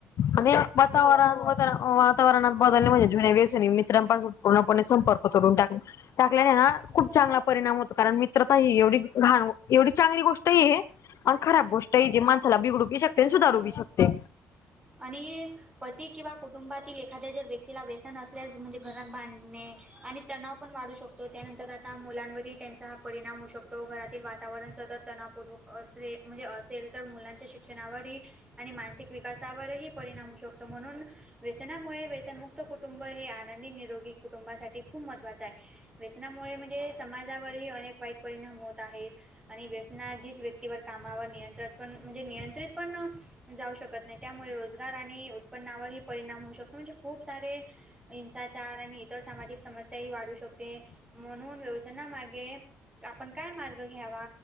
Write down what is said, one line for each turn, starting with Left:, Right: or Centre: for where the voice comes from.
Left: आणि वातावरणात
Right: हो
Left: वातावरणात बदल म्हणजे जुन्या वेसणी मित्रांपासून पूर्णपणे संपर्क तोडून टाकल. टाकल्याना खूप
Right: हो
Left: चांगला परिणाम होतो कारण मित्रता एवढी घाण एवढी चांगली गोष्ट ई हे आण खराब गोष्ट ही जे माणसाला बिघडू शकते
Right: बरोबर
Left: आणि सुधारू बी शकते.
Right: आणि पती किंवा कुटुंबातील एखाद्या जर व्यक्तीला व्यसन असल्यास म्हणजे घरात बांडणे आणि तणाव पण वाढू शकत तो त्यानंतर आता मुलांवरही त्यांचा परिणाम होऊ शकतो घरातील वातावरण सतत तणावपूर्वक असरे म्हणजे असेल तर मुलांच्या शिक्षणावरही आणि मानसिक विकासावरही परिणाम होऊ शक शकतो म्हणून व्यसनामुळे व्यसनमुक्त कुटुंब हे आनंदी निरोगी कुटुंबासाठी खूप महत्त्वाचं आहे. व्यसनामुळे म्हणजे समाजावरही अनेक वाईट परिणाम होत आहेत. आणि व्यसनाधीच व्यक्तीवर कामावर नियंत्रण पण म्हणजे नियंत्रित पण जाऊ शकत नाही त्यामुळे रोजगार आणि उत्पन्नावरही परिणाम होऊ शकतो म्हणजे खूप सारे हिंसाचार आणि इतर सामाजिक समस्याही वाढू शकते म्हणून व्यवसायनामागे आपण काय मार्ग घ्यावा